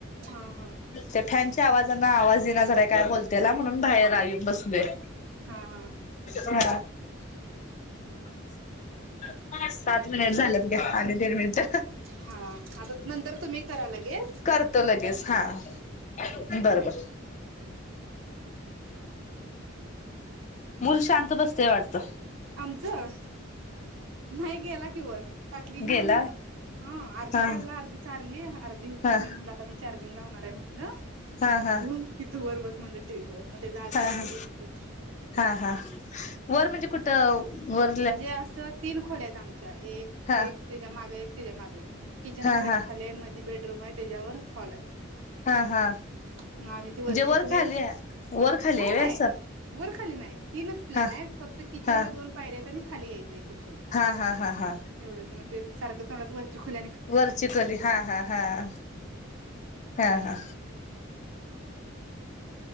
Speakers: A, on the right; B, on the left.
A: हा हा
B: ते फॅनच्या आवाजांन आवाज येईना झालयं, काय बोलत्याला. म्हणून बाहेर आ येऊन बसलोय.
A: हा हा.
B: हा. <inaudible> सात मिनिट झालंत घ्या, आणि दीड मिनिट
A: हा आता नंतर तुम्ही करा लगेच.
B: करतो लगेच हा. <inaudible> बर बरं. मूल शांत बसतेय वाटत.
A: आमचं. <inaudible> नाही गेला कि वर. ताटली घेऊन.
B: गेला
A: हं अर्धी
B: हा
A: खाल्ला, अर्धी चारली, अर्धी होती,
B: हा
A: मी मुला आता म चार्जिंग लावणार आहे म्हटल.
B: हा हा
A: तु इथं वर बस म्हणलं टीव्हीवर. म तेज आजा
B: हा
A: आजी
B: हा
A: हायत की
B: हा हा. वर म्हणजे कुठ? त वर
A: म्हणजे असं तीन खोल्या आहेत आमच्या. एक
B: हा
A: ते एक त्याच्या माग एक त्याच्या माग एक. किचन
B: हा
A: सगळ्यात
B: हा
A: खाली आहे, मध्ये बेडरूम आहे, त्याच्यावर हॉल आहे.
B: हा हा
A: <inaudible> मग आम्ही
B: म्हणजे
A: ती वरची
B: वर
A: खोलीयेन,
B: खाली
A: <inaudible>
B: वर खाली
A: नाही
B: आहे
A: नाही.
B: असं
A: वर खाली नाही. तीनच प्लेनायत
B: हा
A: फक्त किचन
B: हा
A: ला दोन पायऱ्यायत. आणि खाली यायचं आहे किचन.
B: हा हा हा हा.
A: एवढंच मग ते सारखं तोंडात वरची खोली
B: वरची खोली. हा हा हा <inaudible> हा हा.